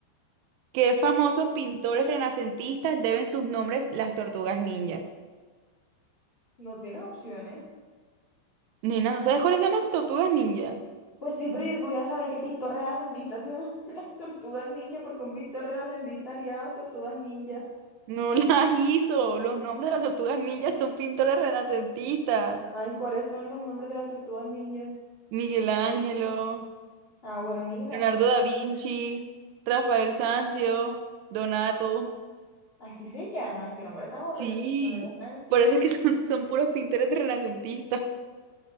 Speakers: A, on the right; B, on the left.
A: ¿Qué famosos pintores renacentistas deben sus nombres las tortugas ninja?
B: <laughs> no tienes opciones.
A: Nena, ¿no sabes cuáles son las tortugas ninja?
B: Pues sí, pero yo que voy a saber qué pintor renacentista tiene <laughs> las tortugas ninja, porque un pintor renacentista haría las tortugas ninja.
A: No <laughs> las hizo. Los nombres de las tortugas ninja son pintores renacentistas.
B: Ay, ¿cuáles son los nombres de las tortugas ninja?
A: Miguel Ángelo,
B: Ah, bueno, mira,
A: Leonardo da Vinci, Rafael Sanzio, Donato.
B: así se llaman, qué nombre tan horrible.
A: Sí,
B: Así.
A: por eso es que <laughs> son, son puros pintores de renacentistas.